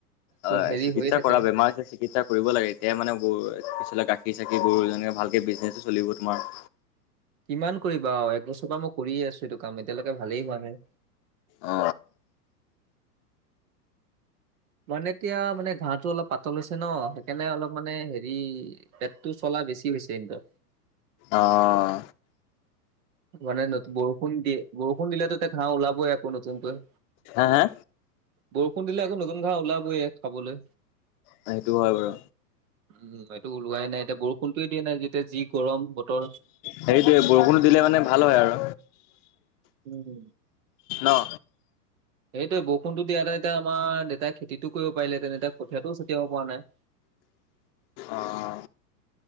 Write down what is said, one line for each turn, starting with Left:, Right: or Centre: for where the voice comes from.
Left: হয়
Right: হেৰি
Left: চিকিৎসা
Right: হৈ থাকে
Left: কৰা বেমাৰ চিকিৎসা কৰিব লাগে এতিয়া মানে <unintelligible> গাখীৰ <unintelligible> ভালকে বিজনেচো চলিব তোমাৰ।
Right: কিমান কৰিবা আও, একবছৰ মই কৰিয়ে আছো এইটো। কাম এতিয়ালৈকে ভালেই হোৱা নাই।
Left: অ
Right: মানে এতিয়া মানে ঘাঁহটো অলপ পাতল হৈছে ন, সেইকাৰণে অলপ মানে হেৰি পেটটো চলা বেছি হৈছে <unintelligible>
Left: অ অ
Right: মানে বৰষুণ দিয়ে বৰষুণ দিলেতো এতিয়া ঘাঁ ওলাবই আকৌ নতুনকৈ
Left: হে
Right: বৰষুণ দিলে আকৌ নতুন ঘাঁহ ওলাবই খাবলে
Left: সেইটো হয় বাৰু
Right: উম টো ওলোৱাই নাই এতিয়া বৰষুণতটোে দিয়া নাই যেতিয়া যি গৰম বতৰ
Left: সেইটোৱে বৰষুণো দিলে মানে ভাল হয় আৰু
Right: উম হ
Left: অ
Right: সেইটোৱে বৰষুণতো দিয়াতে তেতিয়া আমাৰ দেউতাই খেতিতটো কৰিব পাৰিলে তেনেয়া কঠিয়াতটোও ছটিয়াব পৰা নাই <unintelligible>
Left: অ অ